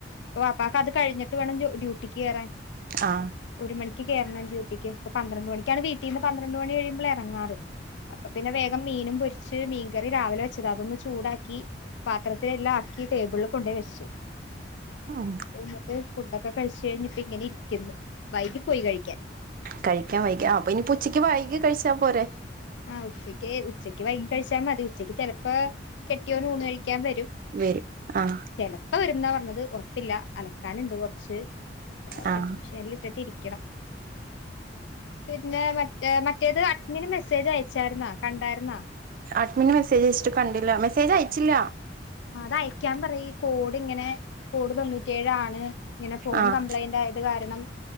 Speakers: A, on the left (about 75°); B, on the right (about 50°).
A: വാപ്പാക്ക് അത് കഴിട്ട് വേണം ഡ്യു ഡ്യൂട്ടിക്ക് കേറാൻ
B: ആഹ്
A: ഒരു മണിക്ക് കേറണം ഡ്യൂട്ടിക്ക് ഇപ്പ പന്ത്രട്മണിക്കാണ് വീട്ടീന്ന് പന്ത്രണ്ട് മണി കഴിയുമ്പളെ എറങ്ങാറ് അപ്പൊ പിന്നെ വേഗം മീനും പൊരിച്ച് മീൻ കറി രാവിലെ വ <unintelligible> അതൊന്ന് ചൂടാക്കി പാത്രത്തിൽ എല്ലാം ആക്കി ടേബിളിൽ കൊണ്ടയ് വെച്ചു
B: ഉം
A: എന്നിട്ട് ഫുഡൊക്കെ കഴിച്ചഴിഞ്ഞിപ്പങ്ങനെ ഇരിക്ക്‌ന്ന് വൈകി പോയി കഴിക്കാൻ
B: കഴിക്കാൻ വൈകി ആ അപ്പൊനി ഉച്ചക്ക് വൈകി കഴിച്ചാ പോരെ
A: ആഹ് ഉച്ചയ്ക്ക് ഉച്ചക്ക് വൈകി കഴിച്ചാ മതി ഉച്ചക്ക് ചെലപ്പോ കെട്ടിയോന് ഊണ് കഴിക്കാൻ വരും
B: വരും ആഹ്
A: ചെലപ്പം വരുന്നാ പറഞ്ഞത് ഉറപ്പില്ല അലക്കാനുണ്ട് കുറച്ച് വാഷിംഗ്
B: ആഹ്
A: മെഷീനൽ ഇട്ടിട്ട് ഇരിക്കണം പിന്നെ മറ്റ മറ്റേത് അഡ്മിന് മെസ്സേ സ്സേജ് അയച്ചായിരുന്നാ കണ്ടായിരുന്നോ
B: അഡ്മിന് മെസ്സേജ് അയച്ചിട്ട് കണ്ടില്ല മെസ്സേജ് അയച്ചില്ല
A: അത് അയക്കാൻ പറയ് കോഡ് ഇങ്ങനെ കോട് തൊണ്ണൂറ്റി ഏഴ് ആണ് ഇങ്ങനെ ഫോൺ
B: ആഹ്
A: കംപ്ലൈന്റ് ആയത് കാരണം